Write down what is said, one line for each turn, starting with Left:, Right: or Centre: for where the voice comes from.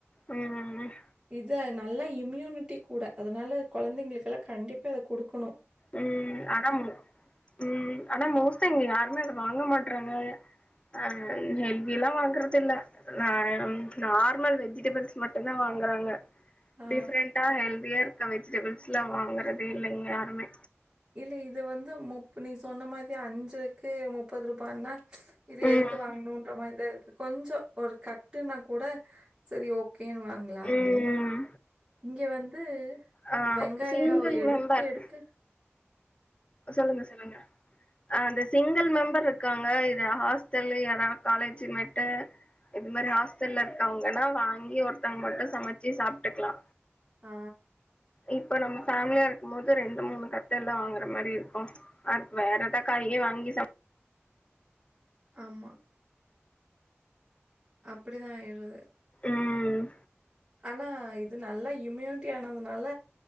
Left: ம் ம் ம் ம் ம்
Right: இத நல்லா இம்யூனிட்டி கூட அதனால குழந்தைங்களுக்கு எல்லா கண்டிப்பா இத குடுக்குணு
Left: ம் ஆனா ம் ஆனா மோஸ்ட்டா இங்க யாருமே அத வாங்க மாட்றாங்க ஆ ஹெல்தி எல்லா வாங்கறது இல்ல நானு நார்மல் வெஜிடபிள்ஸ் மட்டும் தா வாங்குறாங்க
Right: ஆ
Left: டிஃப்ரெண்டா ஹெல்தியா இருக்க வெஜிடபிள்ஸ்சு எல்லா வாங்குறதே இல்ல இங்க யாருமே
Right: இல்ல இது வந்து முப் நீ சொன்ன மாறி அஞ்சுக்கு முப்பது ரூபானா இத
Left: ம்
Right: எதுக்கு வாங்கணுன்ற மாறிதா இருக்கு கொஞ்ச ஒரு கட்டுன்னா கூட சேரி ஓகேன்னு வாங் எல்லா
Left: ம்
Right: இங்க வந்து
Left: ஆ
Right: வெங்காய
Left: சிங்கிள்
Right: எடுக்க
Left: மெம்பர்
Right: எடுக்க
Left: சொல்லுங்க சொல்லுங்க ஆ அந்த சிங்கிள் மெம்பர் இருக்காங்க இத ஹாஸ்டல்லு யாராது காலேஜ்மேட்டு இது மாறி ஹாஸ்டல்ல இருக்க வாங்க எல்லா வாங்கி ஒருத்தவங்க மட்டும் சமைச்சு சாப்புட்டுக்கலா
Right: ஆ
Left: இப்ப நம்ம ஃபேமிலியா இருக்கு போது ரெண்டு மூணு கட்டெல்லா வாங்க மாரி இருக்கு அடுத்து வேற எதா காயே வாங்கி சுப்
Right: ஆமா அப்படி தா ஆய்ருது
Left: ம்
Right: ஆனா இது நல்லா இம்யூனிட்டி ஆனதுனால